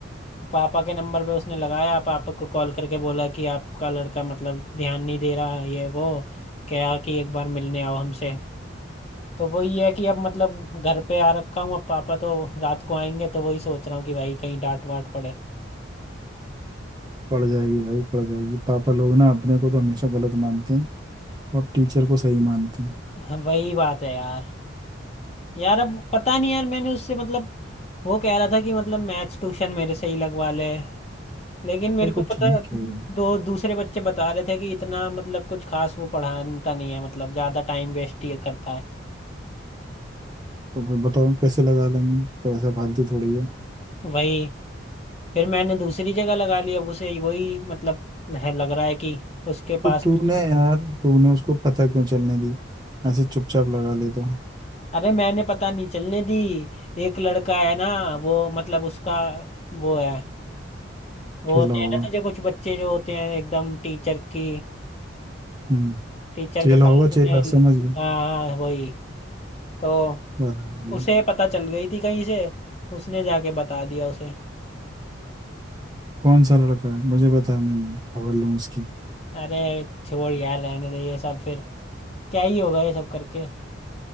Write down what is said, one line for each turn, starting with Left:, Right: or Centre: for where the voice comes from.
Left: पापा के नंबर पे उसने लगाया पापा को कॉल करके बोला कि आपका लड़का मतलब ध्यान नहीं दे रहा है, ये वो क्या कि एक बार मिलने आओ हमसे तो वही है कि अब मतलब घर पे आ रखा हूँ अब पापा तो रात को आएंगे तो वही सोच रहा हूँ कि भाई कहीं डांट वाट पड़े
Right: पड़ जाएगी भाई पड़ जाएगी पापा लोग ना अपने को तो हमेशा गलत मानते हैं और टीचर को सही मानते हैं
Left: <laughs> हाँ, वही बात है यार यार अब पता नहीं यार मैंने उससे मतलब वो कह रहा था कि मतलब मैथ्स ट्यूशन मेरे से ही लगवा ले लेकिन मेरे
Right: वो
Left: को
Right: तो ठीक
Left: पता
Right: है
Left: दो दूसरे बच्चे बता रहे थे कि इतना मतलब कुछ खास वो पढ़ाता नहीं है मतलब ज्यादा टाइम वेस्ट ही करता है
Right: तो फिर बताओ कैसे लगा लेंगे पैसा फालतू थोड़ी है
Left: वही फिर मैंने दूसरी जगह लगा लिया अब उसे वही मतलब है लग रहा है कि उसके
Right: तो
Left: पास
Right: तूने
Left: तो
Right: यार तूने उसको पता क्यों चलने दी ऐसे चुपचाप लगा ले तो
Left: अरे मैंने पता नहीं चलने दी एक लड़का है ना वो मतलब उसका वो है वो
Right: चेला
Left: होते हैं
Right: होगा
Left: ना तुझे कुछ बच्चे जो होते हैं एकदम टीचर की
Right: हम्म
Left: टीचर
Right: चेला
Left: के पलड़ों
Right: होगा
Left: में
Right: चेला समझ गई
Left: हाँ हाँ, वही तो
Right: बराबर।
Left: उसे पता चल गई थी कहीं से उसने जाके बता दिया उसे
Right: कौन सा लड़का है मुझे बता मैं खबर लूँ उसकी
Left: अरे छोड़ यार रहने दे ये सब फिर क्या ही होगा ये सब करके